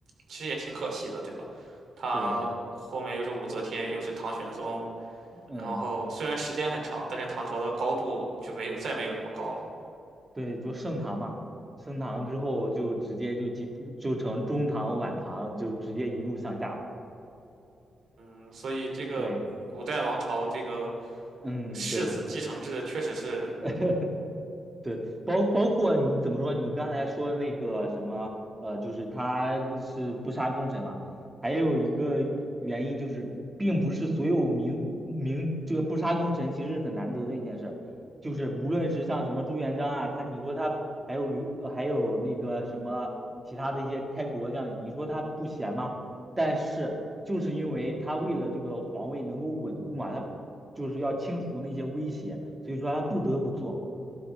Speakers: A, on the right (about 70°); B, on the right (about 15°).
A: 其实也挺可惜的，对吧？他后面又是武则天，
B: 对，
A: 又是唐玄宗，
B: 嗯
A: 然后虽然时间很长，但是唐朝的高度就没有再没有那么高了。
B: 对，就盛唐嘛，盛唐之后就直接就集就成中唐晚唐，就直接一路向下了。
A: 嗯，所以这个古代王朝这个
B: 对。嗯，
A: 世子继承制确实是，
B: 对，<laughs> 对，包包括你怎么说？你刚才说那个什么，呃，就是他是不杀功臣嘛，还有一个原因就是，并不是所有明明这个不杀功臣其实是很难得的一件事儿，就是无论是像什么朱元璋啊，他你说他还有吕，呃还有那个什么其他的一些开国将领，你说他不贤吗？但是就是因为他为了这个皇位能够稳固嘛，他就是要清除那些威胁，所以说他不得不做。